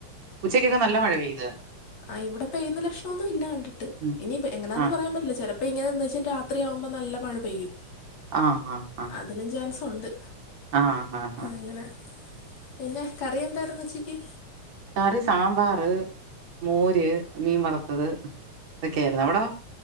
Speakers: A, on the right; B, on the left.
A: ഉച്ചക്കൊക്കെ നല്ല മഴ പെയ്യും ആഹ്
B: ആഹ് ഇവിടെ പെയ്യുന്ന ലക്ഷണ്ണൊന്നും ഇല്ല കണ്ടിട്ട്
A: ഉം
B: ഇനി എങ്ങനാന്നന്ന്
A: ആഹ്
B: പറയാൻ പറ്റില്ല ചിലപ്പോ ഇങ്ങനെന്ന് വെച്ചൽ രാത്രിയാവുമ്പോ നല്ല മഴ പെയ്യും
A: ആഹ് ആഹ് ആഹ്
B: അതിനും ചൻസുണ്ട്
A: ആഹ് ആഹ് ആഹ്
B: അങ്ങനെ പിന്നെ കറി എന്തായിരുന്നുച്ചിക്ക്
A: കറി സാമ്പാർ മോര് മീൻ വറുത്തത് ഇതൊക്കെയായിരുന്നു അവിടെ